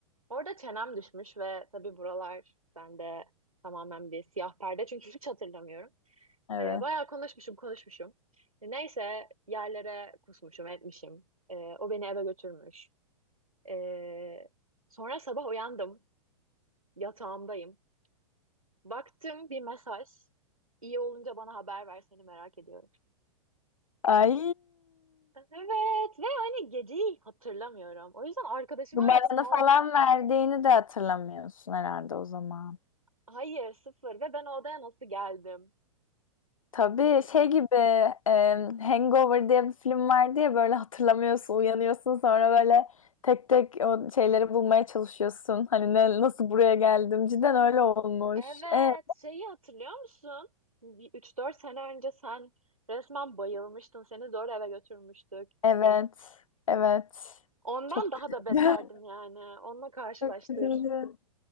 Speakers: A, on the right; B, on the left.
A: Orada çenem düşmüş ve tabii buralar bende tamamen bir siyah perde çünkü hiç hatırlamıyorum.
B: Evet.
A: Ee, bayağı konuşmuşum konuşmuşum. E, Neyse yerlere kusmuşum etmişim. Ee, o beni eve götürmüş. Ee, sonra sabah uyandım. Yatağımdayım. Baktım bir mesaj. İyi olunca bana haber ver seni merak ediyorum.
B: Ay
A: Evet ve hani geceyi hatırlamıyorum. O yüzden arkadaşımı
B: numaranı
A: aradım ne oldu?
B: falan verdiğini de hatırlamıyorsun herhalde o zaman.
A: Hayır sıfır ve ben o odaya nasıl geldim?
B: Tabii
A: İ-
B: şey gibi e, Hangover diye bir film vardı ya böyle hatırlamıyorsun, uyanıyorsun sonra böyle tek tek o şeyleri bulmaya çalışıyorsun. Hani ne, nasıl buraya geldim? Cidden öyle olmuş.
A: Evet
B: E,
A: şeyi hatırlıyor musun? Bir 3-4 sene önce sen Resmen bayılmıştın. Seni zor eve götürmüştük.
B: evet. Evet.
A: Ondan
B: Çok
A: daha
B: kötü.
A: da beterdim
B: <laughs>
A: yani. Onunla karşılaştır.
B: Çok kötüydü.